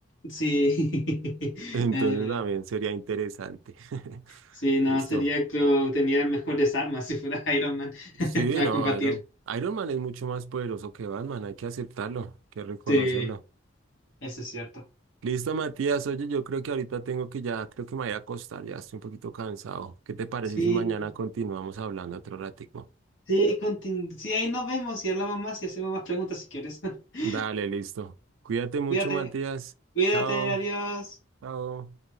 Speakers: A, on the left; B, on the right.
A: sí. <laughs>
B: Entonces
A: Eh,
B: también sería interesante. <laughs>
A: sí, no,
B: Listo.
A: sería, creo, tenía mejores armas si fuera <laughs> Iron Man <laughs>
B: Sí,
A: para
B: no,
A: combatir.
B: Iron, Iron Man es mucho más poderoso que Batman, hay que aceptarlo, hay que reconocerlo.
A: Sí, eso es cierto.
B: Listo, Matías, oye, yo creo que ahorita tengo que ya, creo que me voy a acostar, ya estoy un poquito cansado. ¿Qué te parece
A: Sí,
B: si mañana continuamos hablando otro ratico?
A: sí, contin- sí, ahí nos vemos y hablamos más y hacemos más preguntas si quieres. <laughs>
B: Dale, listo. Cuídate mucho,
A: Cuídate,
B: Matías.
A: cuídate,
B: Chao,
A: adiós.
B: chao.